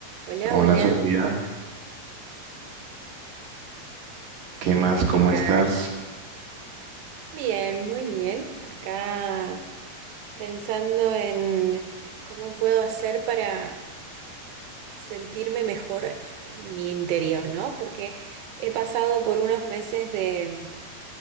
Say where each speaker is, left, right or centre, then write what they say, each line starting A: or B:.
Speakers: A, on the right (about 80°); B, on the right (about 60°).
A: Hola,
B: Hola
A: hola.
B: Sofía, ¿qué
A: Hola,
B: más?
A: ¿qué
B: ¿Cómo
A: tal?
B: estás?
A: Bien, muy bien. Acá pensando en cómo puedo hacer para sentirme mejor en mi interior, ¿no? Porque he pasado por unos meses de,